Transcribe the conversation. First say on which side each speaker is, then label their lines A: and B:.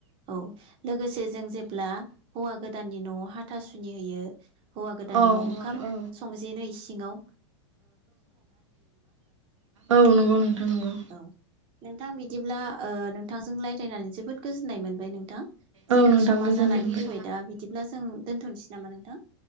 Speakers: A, on the right; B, on the right.
A: औ लोगोसे जों जेब्ला हौवा गोद दाननि न'आव हाथासुनि होयो हौवा गोदान
B: औ
A: न' ओंखाम
B: औ
A: संजेनो इसे सिङाव
B: औ औ नंगौ नोंथां नंगौ
A: औ नोंथां बिदिब्ला ओ नोंथां जों रायज्लायनानै जोबोद गोजोननाय मोनबाय नोंथां।
B: औ
A: जोंनि
B: नोंथां
A: समा
B: गोजोननाय
A: जानानै
B: मोनबाय
A: फैबाय दा बिदिब्ला जों दोनथ'नोसै नामा नोंथां